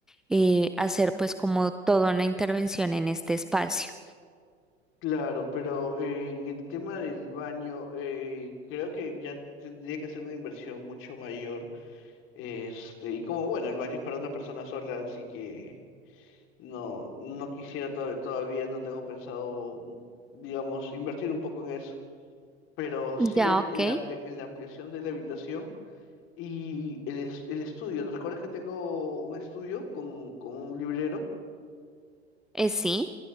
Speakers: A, in the centre; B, on the left.
A: eh, hacer pues como toda una intervención en este espacio.
B: Claro, pero eh, en el tema del baño, eh, creo que ya tendría que ser una inversión mucho mayor, este, y como, bueno, el baño es para una persona sola, así que no, no quisiera to- todavía, no tengo pensado, mm, digamos, invertir un poco en eso, pero sí
A: Ya,
B: en
A: ok.
B: en la ampli- en la ampliación de la habitación. Y el, es- el estudio, ¿te ¿recuerdas que tengo un estudio con, con un librero?
A: Eh, sí,